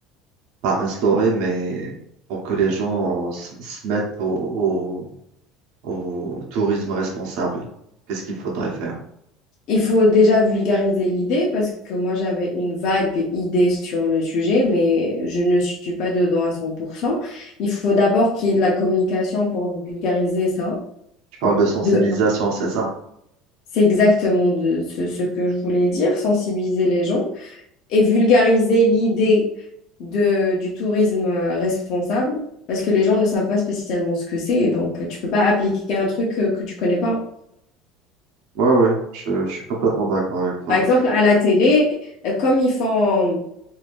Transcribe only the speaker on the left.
Il faut déjà vulgariser l'idée parce que moi j'avais une vague idée sur le sujet, mais je ne suis pas dedans à 100%. Il faut d'abord qu'il y ait de la communication pour vulgariser ça.
De, un.
c'est exactement de, ce, ce que je voulais dire, sensibiliser les gens et vulgariser l'idée de, du tourisme euh, responsable parce que les gens ne savent pas spécialement ce que c'est, donc euh, tu peux pas appliquer un truc euh, que tu connais pas.
Par exemple, à la télé, euh, comme ils font